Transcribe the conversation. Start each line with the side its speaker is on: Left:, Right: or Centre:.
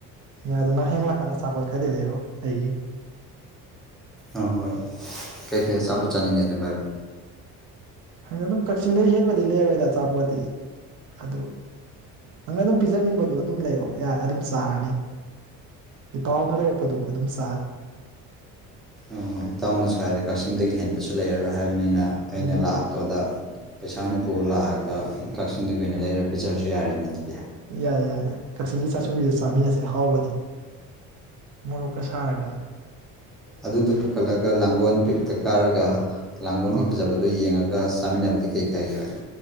Right: ꯌꯥ ꯑꯗꯨꯅ ꯍꯦꯡꯂꯛꯀꯥꯟꯗ ꯑ ꯁꯥꯄꯣꯠ ꯈꯗꯤ ꯂꯩꯑꯣ ꯑꯩꯒꯤ
Centre: ꯑ ꯍꯣꯏ ꯀꯩꯀꯩ ꯑꯆꯥꯄꯣꯠ ꯆꯥꯅꯤꯡꯒꯦꯅꯦ ꯚꯥꯏꯕꯨ
Right: ꯅꯪ ꯑꯗꯨꯝ ꯀꯛꯆꯤꯡꯗꯩ ꯍꯦꯟꯕꯗꯤ ꯂꯩꯔꯣꯏꯗ ꯑꯆꯥꯄꯣꯠꯇꯤ ꯑꯗꯨ ꯅꯪꯅ ꯑꯗꯨꯝ ꯄꯤꯖꯅꯤꯡꯕꯗꯨꯣ ꯑꯗꯨꯝ ꯂꯩꯔꯛꯑꯣ ꯌꯥꯔꯦ ꯑꯗꯨꯝ ꯆꯥꯔꯅꯤ ꯏꯄꯥꯎꯅ ꯂꯩꯔꯛꯄꯗꯨꯣ ꯑꯗꯨꯝ ꯁꯥꯔ
Centre: ꯑꯣ ꯏꯇꯥꯎꯅꯁꯨ ꯍꯥꯏꯔꯦ ꯀꯛꯆꯤꯡꯗꯒꯤ ꯍꯦꯟꯕꯁꯨ ꯂꯩꯔꯔꯣꯏ ꯍꯥꯏꯕꯅꯤꯅ ꯑꯩꯅ
Right: ꯎꯝ
Centre: ꯂꯥꯛꯄꯗ ꯄꯩꯁꯥ ꯑꯣꯏꯅ ꯄꯨꯔ ꯂꯥꯛꯑꯒ ꯀꯛꯆꯤꯡꯗꯒꯤ ꯑꯣꯏꯅ ꯂꯩꯔ ꯄꯤꯖꯔꯁꯨ ꯌꯥꯔꯦꯅ ꯑꯗꯨ
Right: ꯌꯥꯏꯌꯦ ꯌꯥꯏ ꯌꯥꯏ ꯀꯛꯆꯤꯡꯒꯤ ꯆꯥꯁꯨꯕꯤꯗ ꯆꯥꯃꯤꯟꯅꯁꯦ ꯑꯍꯥꯎꯕꯅꯦ ꯃꯣꯔꯣꯛꯀ ꯁꯥꯔꯒ
Centre: ꯑꯗꯨꯗ ꯄꯨꯈꯠꯂꯒ ꯂꯥꯡꯒꯣꯜ ꯄꯤꯛꯇ ꯀꯥꯔꯒ ꯂꯥꯡꯒꯣꯜꯒꯤ
Right: ꯑꯥ
Centre: ꯐꯖꯕꯗꯣ ꯌꯦꯡꯉꯒ ꯑꯗꯨꯒ ꯆꯥꯃꯤꯟꯅꯕꯗꯤ ꯀꯩ ꯀꯥꯏꯒꯦ ꯍꯥꯏꯔꯦ